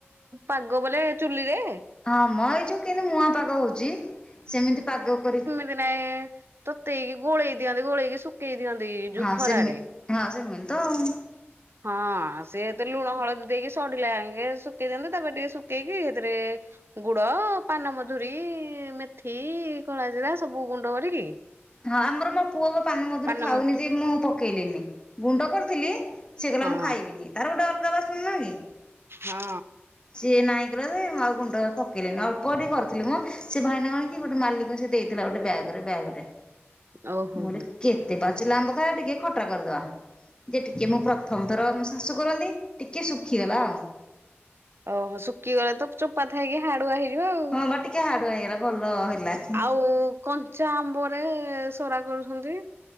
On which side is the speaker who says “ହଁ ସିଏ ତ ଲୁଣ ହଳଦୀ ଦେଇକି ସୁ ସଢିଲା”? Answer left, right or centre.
Right